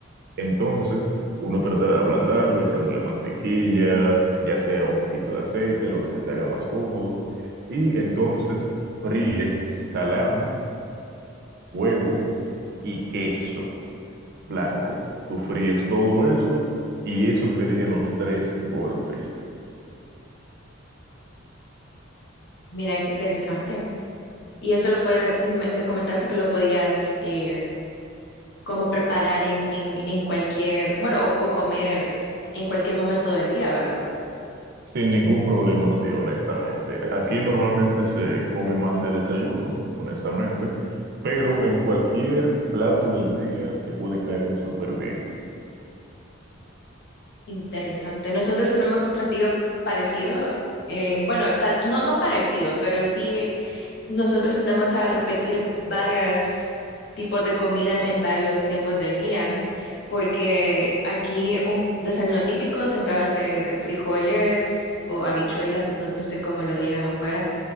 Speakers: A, on the right; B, on the left.
A: Entonces, uno trata de ablandarlo echándole mantequilla, ya sea un poquito de aceite, lo que se te haga más cómodo, y entonces fríes salami, huevo y queso blanco. Tú fríes todo eso y esos serían los tres golpes.
B: Mira, qué interesante. Y eso lo puede, me, me comentaste que lo podías eh, como preparar en, en, en cualquier, bueno, o, o comer en cualquier momento del día, ¿verdad?
A: Sin ningún problema, sí, honestamente. Aquí normalmente se come más de desayuno, honestamente, pero en cualquier plato del día te puede caer súper bien.
B: Interesante. Nosotros tenemos un platillo parecido, eh, bueno, tal, no, no parecido, pero sí nosotros tendemos a repetir varios tipos de comida en, en varios tiempos del día, porque aquí un desayuno típico siempre va a ser frijoles o habichuelas, no, no sé cómo lo digan afuera.